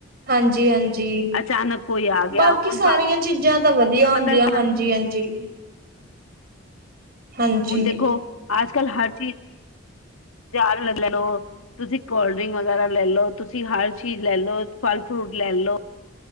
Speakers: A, on the right; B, on the left.
A: ਹਾਂਜੀ ਹਾਂਜੀ
B: ਅਚਾਨਕ ਕੋਈ ਆ ਗਿਆ
A: ਬਾਕੀ
B: ਹੁਣ
A: ਸਾਰੀਆਂ
B: ਤੁਹਾਨੂੰ
A: ਚੀਜ਼ਾਂ ਤਾਂ ਵਧੀਆ
B: ਪਤਾ
A: ਹੁੰਦੀਆਂ
B: ਹੁਣ
A: ਹਾਂਜੀ ਹਾਂਜੀ ਹਾਂਜੀ।
B: ਹੁਣ ਦੇਖੋ ਅੱਜ ਕੱਲ੍ਹ ਹਰ ਚੀਜ਼ ਚਾਰ ਲੈ ਲਓ ਤੁਸੀਂ ਕੋਲਡ ਡਰਿੰਕ ਵਗੈਰਾ ਲੈ ਲੋ ਤੁਸੀਂ ਹਰ ਚੀਜ਼ ਲੈ ਲੋ ਫਲ ਫਰੂਟ ਲੈ ਲੋ